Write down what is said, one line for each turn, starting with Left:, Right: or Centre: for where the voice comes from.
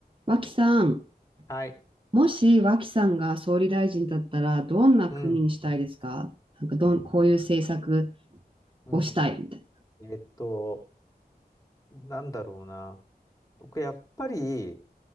Right: 脇さん、
Left: はい。
Right: もし脇さんが総理大臣だったら、どんな国にしたいですかなんかどん、
Left: うん。
Right: こういう政策
Left: うん。
Right: をしたいみたい
Left: えっと、なんだろうな。僕、やっぱり、